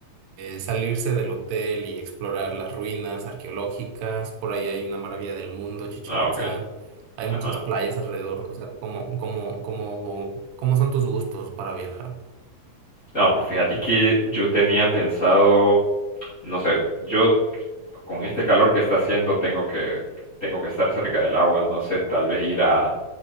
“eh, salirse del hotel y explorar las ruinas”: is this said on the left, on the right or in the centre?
Right